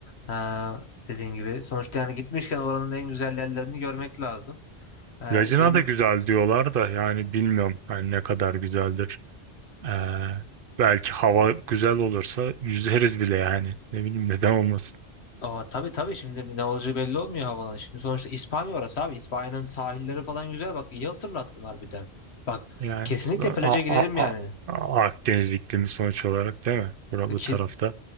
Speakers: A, on the left; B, on the right.
A: Ha, dediğin gibi. Sonuçta yani gitmişken oranın en güzel yerlerini görmek lazım. Ha,
B: Lacina
A: yem
B: da güzel diyorlar da yani bilmiyorum yani ne kadar güzeldir. Ee, belki hava güzel olursa yüzeriz bile yani. Ne bileyim neden olmasın.
A: Aa, tabii tabii şimdi ne olacağı belli olmuyor havanın. Şimdi sonuçta İspanya orası abi. İspanya'nın sahilleri falan güzel. Bak iyi hatırlattın harbiden. Bak
B: Yani
A: kesinlikle
B: işte
A: plaja
B: a, a,
A: gidelim
B: a,
A: yani.
B: a- Akdeniz iklimi sonuç olarak değil mi? Bura
A: E,
B: bu
A: Ki,
B: tarafta.